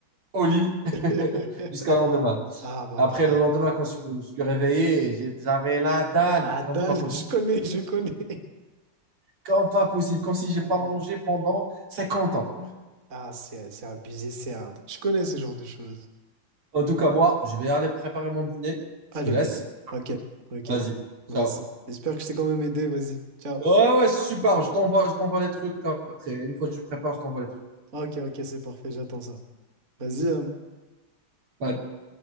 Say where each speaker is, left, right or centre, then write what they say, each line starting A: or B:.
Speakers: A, on the right (about 90°); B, on the right (about 40°).
A: au lit <laughs>
B: <laughs>
A: jusqu'au lendemain.
B: Ah bah
A: Après,
B: voilà.
A: le lendemain, quand je me suis réveillé, j'ai- j'avais la dalle
B: Nadal,
A: comme pas possible.
B: <laughs> je connais, je connais.
A: Comme pas possible, comme si j'ai
B: Euh,
A: pas mangé pendant 50 ans.
B: ah, c'est, c'est abusé, c'est hard. Je connais ce genre de choses.
A: En tout cas, moi, je vais aller préparer mon dîner.
B: Allez,
A: Je te laisse.
B: vas-y. Ok, ok,
A: Vas-y.
B: vas-y.
A: Ciao.
B: J'espère que je t'ai quand même aidé, vas-y. Ciao.
A: Ouais, ouais, super. Je t'envoie, je t'envoie les trucs après. Une fois que je prépare, je t'envoie les trucs.
B: Ok, ok, c'est parfait, j'attends ça. Vas-y, hein.
A: Ouais.